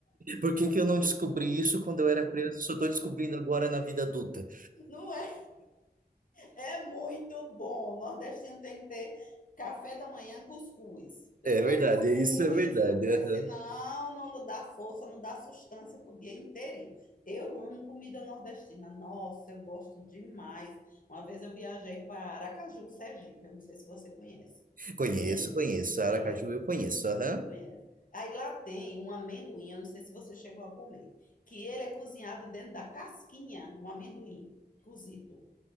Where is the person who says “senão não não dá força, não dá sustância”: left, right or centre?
Left